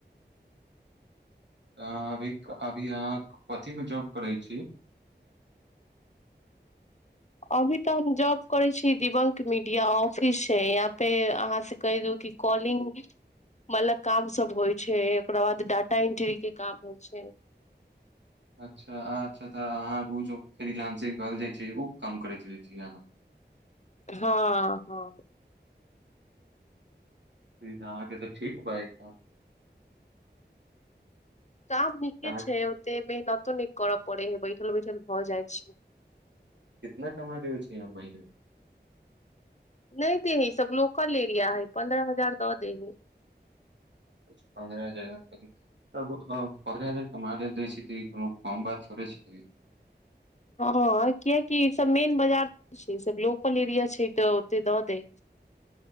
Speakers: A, on the right; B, on the left.
A: अभी अभी अहाँ कथि में जॉब करै छी
B: अभी तऽ हम जॉब करै छियै दिवंक मीडिया ऑफिस छय यहाँ पे अहाँ से कहि द की कॉलिंग मलक काम सब होइ छै ओकरा बाद डाटा एंट्री के काम होइ छय
A: अच्छा अच्छा तऽ अहाँ उ जो फ्रिलांसिंग कहल जाइ छै ओ काम करैत छी आहाँ
B: हँ हँ
A: अहाँके तऽ ठीक बइ
B: काम नीके
A: तऽ अहाँ
B: छय ओते मेहनतो नै कर पड़ै है बैठल बैठल भऽ जाइ छै
A: कितना कमा लेबै छी अहाँ महीना
B: नय देहे ई सब लोकल एरिया है पन्द्रह हजार दऽ देहे
A: कुछ पन्द्रह हजारक करीब तब अ पन्द्रह हजार कमा लेल दै छै त ई कोनो कम बात थोड़े छय
B: हँ हँ कियाकि ई सब मेन बाजार छै ई सब लोकल एरिया छय तऽ ओते दऽ देै